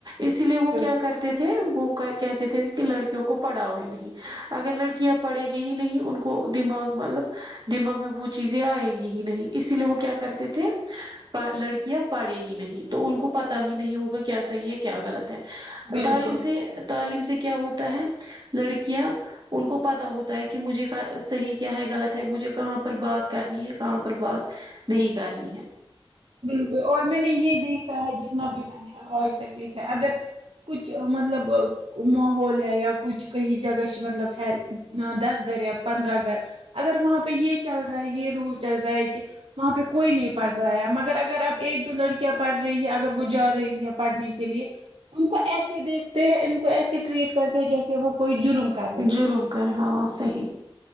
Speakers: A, on the right; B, on the right.
A: اسی لیے وہ
B: بالکل
A: کیا کرتے تھے وہ کہتے تھے کہ لڑکیوں کو پڑھاؤ ہی نہیں اگر لڑکیاں پڑھے گی ہی نہیں ان کو دماغ مطلب کچھ دماغ میں وہ چیزیں آ ئیگی ہی نہیں اسی لیے وہ کیا کرتے تھے پر لڑکیاں پڑے ہی نہیں تو ان کو پتا ہی نہیں ہوگا کیا صحیح ہے کیا غلط ہے
B: بالکل
A: تعلیم سے تعلیم سے کیا ہوتا ہے لڑکیاں ان کو پتا ہوتا ہے کہ مجھے کا صحیح کیا ہے غلط ہے مجھے کہاں پر بات کرنی ہے کہاں پر بات نہیں کرنی ہے
B: بالکل اور میں نے یہ دیکھا ہے جتنا بھی میں نے آج تک دیکھا ہے اگر کچھ مطلب ماحول ہے یا کچھ کہی جگش مطلب ہے دس گھر یا پندرہ گھر اگر وہاں پہ یہ چل رہا ہے یہ رول چل رہا ہے کہ وہاں پہ کوئی نہیں پڑھ رہا ہے مگر اگر اب ایک دو لڑکیاں پڑھ رہی ہیں اگر وہ جا رہی ہے پڑھنے کے لیے ان کو ایسے دیکھتے ہیں ان کو ایسے ٹریٹ کرتے ہیں جیسے وہ کوئی جرم کر رہی
A: جرم
B: ہو
A: کر ہا صحیح